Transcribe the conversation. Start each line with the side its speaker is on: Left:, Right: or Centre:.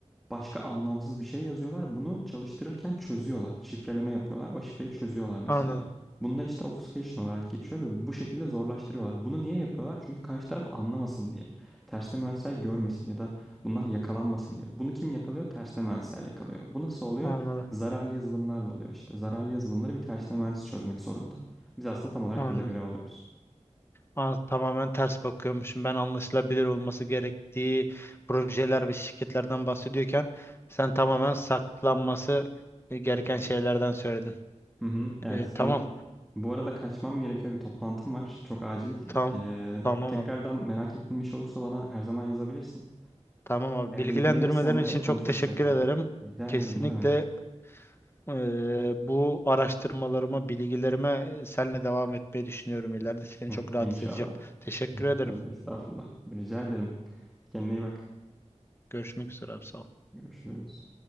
Centre: başka anlamsız bir şey yazıyorlar. Bunu çalıştırırken çözüyorlar. Şifreleme yapıyorlar. O şifreyi çözüyorlar mesela.
Left: Anladım.
Centre: Bunlar işte obfuscation olarak geçiyor ve bu şekilde zorlaştırıyorlar. Bunu niye yapıyorlar? Çünkü karşı taraf anlamasın diye. Tersine mühendisler görmesin ya da bunlar yakalanmasın diye. Bunu kim yakalıyor? Tersine mühendisler yakalıyor. Bu nasıl oluyor?
Left: Anladım.
Centre: Zararlı yazılımlarla oluyor işte. Zararlı yazılımları bir tersine mühendis çözmek zorunda. Biz aslında tam olarak
Left: Anladım.
Centre: burada görev alıyoruz.
Left: Aa, tamamen ters bakıyormuşum. Ben anlaşılabilir olması gerektiği projeler ve şirketlerden bahsediyorken sen tamamen saklanması e, gereken şeylerden söyledin.
Centre: Hı hı, evet.
Left: E, tamam,
Centre: Benim bu arada kaçmam gerekiyor. Bir toplantım var. Çok acil.
Left: tamam,
Centre: Ee,
Left: tamam
Centre: tekrardan
Left: abi.
Centre: merak ettiğin bir şey olursa bana her zaman yazabilirsin.
Left: Tamam abi.
Centre: Eğer
Left: Bilgilendirmelerin
Centre: ilgilenirsen
Left: için
Centre: de konuşuruz
Left: çok teşekkür
Centre: tekrardan.
Left: ederim.
Centre: Rica
Left: Kesinlikle
Centre: ederim. Ne demek?
Left: e, bu araştırmalarıma, bilgilerime senle devam etmeyi düşünüyorum ileride. Seni
Centre: <laughs>
Left: çok
Centre: İnşallah.
Left: rahatsız edeceğim. Teşekkür ederim.
Centre: Tabii estağfurullah. Rica ederim. Kendine iyi bak.
Left: Görüşmek üzere abi. Sağ ol.
Centre: Görüşürüz.